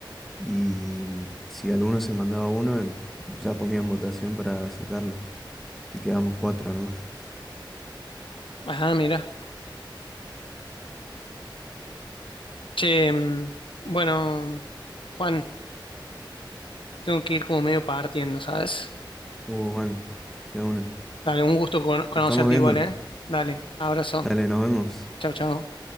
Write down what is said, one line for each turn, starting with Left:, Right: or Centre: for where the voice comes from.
Centre: Y si alguno se mandaba uno, em, ya ponían votación para sacarlo. Y quedamos cuatro nomás. <laughs>
Left: Ajá, mira. Che, mm, bueno, Juan, tengo que ir como medio partiendo, ¿sabes?
Centre: Uh, bueno, de una.
Left: Dale, un gusto cono- conocerte
Centre: Nos estamos viendo.
Left: igual, ¿eh? Dale, abrazo.
Centre: Dale, nos vemos.
Left: Chao, chao.